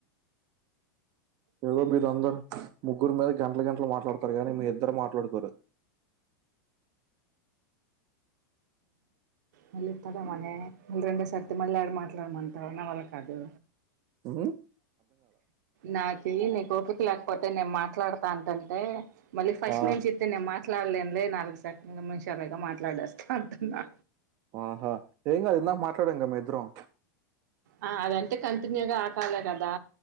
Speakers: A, on the right; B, on the right.
A: ఏ మీిరులంగ ముగ్గురు మ గంటల గంటలు మాట్లాడతారు కాగానీ మీ ఇద్దరు మాట్లాడుకోరు
B: మళ్ళీ ఇస్తదా మనే మళ్ళు రెండోసరితి మళ్ళీ ఆడ మాట్లాడమంటాన్నా వాల కాదు
A: హ
B: నాకి నీ పిక లేకపోతే నేను మాట్ మాట్లాడతాంటంటే మళ్ళీ ఫస్ట్
A: ఆ
B: నుంచి ఇస్తతే నేను మాట్లాడలేను అ నాలుగు సెకంల మనిషాలుగా మాట్లాడేస్తా అంటున్నా
A: ఆహా హంగ్ అ మాట్లాడంగమ్ మ ఇద్దరం
B: ఆ అదంటే కంటిన్యూగా ఆకాలే కదా